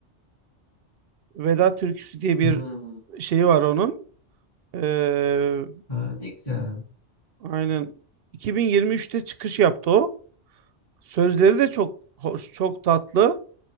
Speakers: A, on the right; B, on the left.
A: Veda Türküsü diye bir
B: Hmm.
A: şey var onun. Ee,
B: Ha, ne güzel.
A: aynen 2023'te çıkış yaptı o. Sözleri de çok hoş, çok tatlı.